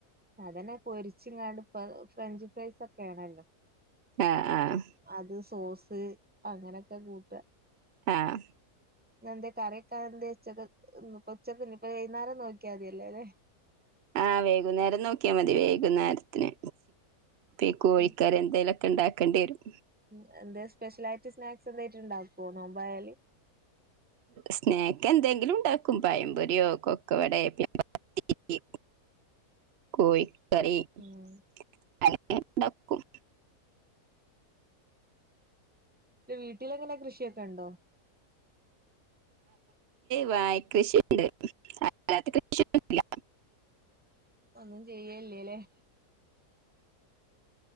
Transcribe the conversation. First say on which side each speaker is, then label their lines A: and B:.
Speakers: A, on the right; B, on the right.
A: അതന്നെ പൊരിച്ചുങ്ങാണ്ട് ഇപ്പ ഫ്രഞ്ച് ഫ്രൈസ് ഒക്കെ ആണല്ലോ
B: ആഹ് ആഹ്
A: അത് സോസ് അങ്ങനെയൊക്കെ കൂട്ട
B: ആഹ്
A: എന്തേ കറിവെക്കാനന്തേ ഉച്ചക്കക്ക് ഇന്ന്പ്പോ ഉച്ചക്ക്ന്ന് ഇപ്പൊ വൈന്നേരം നോക്കിയാ മതിയല്ലേല്ലെ
B: ആഹ് വേഗൂന്നേരം നോക്കിയൽ മതി വേഗ ന്നേരത്തിന് ചി കോഴിക്കർ
A: ഉം
B: എന്തെലും ഒക്കെ ഉണ്ടാക്കേണ്ടി വരും.
A: ഉം എന്തന്ത് സ്പെഷ്യലായിട്ട് സ്നാക്സ് എന്തായിട്ട് ഉണ്ടാക്കുവോ നോമ്പായാല്?
B: സ്നേക്ക് എന്തെങ്കിലും ഉണ്ടാക്കും പയംപൊരിയോ കൊക്കവടയോ പി കോയി കറി-
A: ഉം
B: <unintelligible>
A: ഉം വീട്ടില എങ്ങനെ കൃഷിയൊക്കെ ഉണ്ടോ?
B: വായി കൃഷിയുണ്ട് അല്ലാതെ കൃഷിയില്ല
A: ഒന്നും ചെയ്യല്ലേല്ലേ-